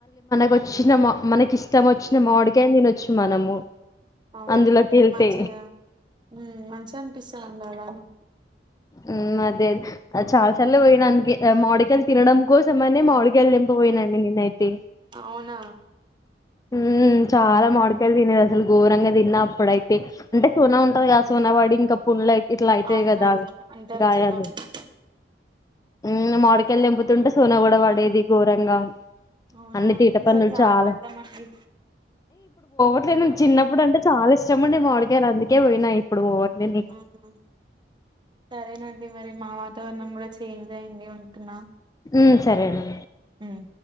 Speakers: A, on the left; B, on the right.
A: వచ్చిన మా మనకి ఇష్టం వచ్చిన మాడికాయని తినొచ్చు మనము
B: అవును
A: అందులోకి వెళ్తే
B: మంచిగా మ్ మంచిగా అనిపిస్తుందండి అలానే
A: ఉమ్ అదే అ చాలా చార్లు పోయినానికి మావిడికాయలు తినడం కోసం అనే మావిడ్ కయలు తెంపపోయినండి నేనైతే
B: అవునా
A: ఉమ్ చాలా మాడికాయలు తినేది అసలు ఘోరంగా తిన్న అప్పుడయితే అంటే సోనా ఉంటది కద సోనవాడి ఇంకా పుండ్లు అయి ఇట్లా అయితయి
B: అవునండి
A: గదా
B: అంటారు
A: గాయాలు
B: చిన్నప్పుడు
A: మ్ మాడికయలు తెంపుతుంటే పుతుంటే సోన కూడా పడేది ఘోరంగా
B: అవునా
A: అన్ని తీట
B: ఈసారి
A: పనులు
B: జాగ్రత్తమండి.
A: చాలా అట్లే నేన్ చిన్నప్పుడుంటే చాలా ఇష్టం అండి మాడికయలు అందుకే పోయినా ఇప్పుడు ఇగ
B: ఆహా సరేనండి మరి మా మా వాతవరణం కూడా చేంజ్ అయింది ఉంటున్నా
A: ఉమ్ సరే అండి
B: ఉమ్